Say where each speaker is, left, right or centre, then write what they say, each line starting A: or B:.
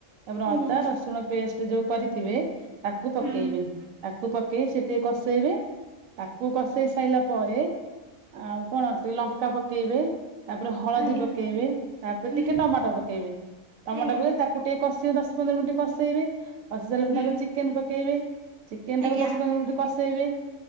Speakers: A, on the right; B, on the right.
A: ତାପରେ
B: ଆଜ୍ଞା
A: ଅଦା ରସୁଣ ପେଷ୍ଟ ଯୋଉ କରିଥିବେ ତାକୁ ପକେଇବେ
B: ହୁଁ
A: ତାକୁ ପକେଇ ସେ ଟିକେ କଷେଇବେ ତାକୁ କଷେଇ ସାଇଲା ପରେ ଆଉ କଣ ଅଛି? ଟିକେ ଲଙ୍କା ପକେଇବେ ତାପରେ ହଳଦୀ
B: ଆଜ୍ଞା
A: ପକେଇବେ ତାପରେ
B: ହୁଁ
A: ଟିକେ ଟମାଟୋ ପକେଇବେ। ଟମାଟୋ
B: ଆଜ୍ଞା
A: କୁ ତା ଟିକେ କଷେଇ ଦଶ ପନ୍ଦର ମିନିଟ୍ କଷେଇବେ କଷି ସାରିଲା
B: ହୁଁ
A: ପରେ ତାପରେ ଚିକେନ ପକେଇବେ। ଚିକେନ
B: ଆଜ୍ଞା
A: ଟାକୁ ଦଶ ପନ୍ଦର ମିନିଟ୍ କସେଇବେ।